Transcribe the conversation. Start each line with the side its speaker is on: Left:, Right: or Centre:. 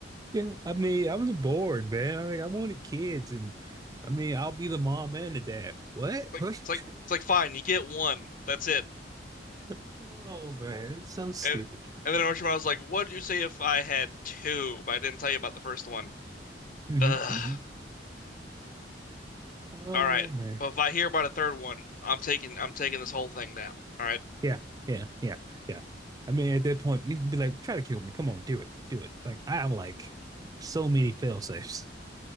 Right: Yeah, I mean, I was bored, man. I mean, I wanted kids, and I mean, I'll be the mom and the dad. What?
Left: Like it's like
Right: <laughs>
Left: it's like fine, you get one. That's it.
Right: What? Oh man, it's so stupid.
Left: And and then Orochimaru was like, "What'd you say if I had two, but I didn't tell you about the first one?"
Right: hmm
Left: Ugh.
Right: hmm Oh
Left: All right.
Right: man.
Left: But if I hear about a third one, I'm taking I'm taking this whole thing down. All right.
Right: Yeah, yeah, yeah, yeah. I mean, at that point, you'd be like, try to kill me. Come on, do it, do it. Like I have like so many fail safes.